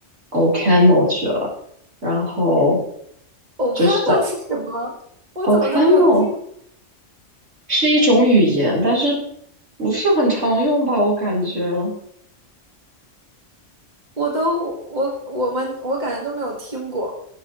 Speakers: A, on the right; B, on the right.
A: OCaml 去了，然后
B: ？OCaml
A: 就是在
B: 是什么？我怎么都没有听，
A: OCaml 是一种语言，但是不是很常用吧，我感觉，
B: 我都我我们我感觉都没有听过。